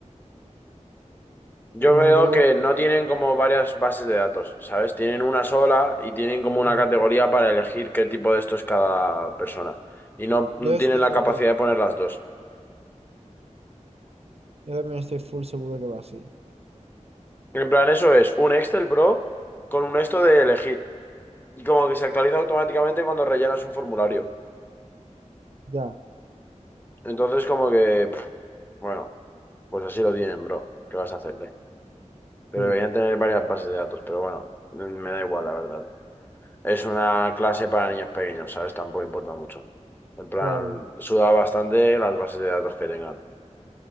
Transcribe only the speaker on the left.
Yo
veo
que no tienen como varias bases de datos, ¿sabes? Tienen una sola y tienen como
una
categoría para elegir qué tipo de esto es cada persona. Y no,
no
tienen la
capacidad
de poner las dos.
En plan, eso es un Excel, bro, con un esto de elegir. Y como que se actualiza automáticamente cuando rellenas un formulario.
Entonces, como que, pf, bueno, pues así lo tienen, bro. ¿Qué vas a hacerle? Pero
deberían tener varias bases de datos, pero bueno, me da igual, la verdad. es una clase para niños pequeños, ¿sabes? Tampoco importa mucho. En plan,
suda bastante las bases de datos que tengan.